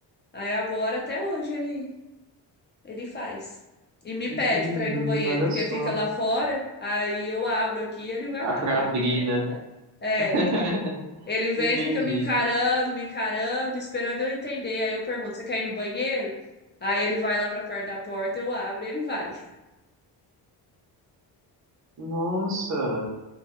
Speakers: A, on the left; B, on the right.
A: Aí agora, até hoje, ele, ele faz. E me
B: Entendi.
A: pede pra ir no banheiro,
B: Olha
A: porque
B: só.
A: fica lá fora, aí eu abro aqui e ele vai
B: Ah,
A: lá.
B: pra
A: Ele
B: abrir,
A: me pede
B: né?
A: e vai. É.
B: <laughs>
A: Ele vem,
B: Entendi.
A: e fica me encarando, me encarando, esperando eu entender. Aí eu pergunto: você quer ir no banheiro? Aí ele vai lá pra perto da porta, eu abro e ele vai.
B: Nossa,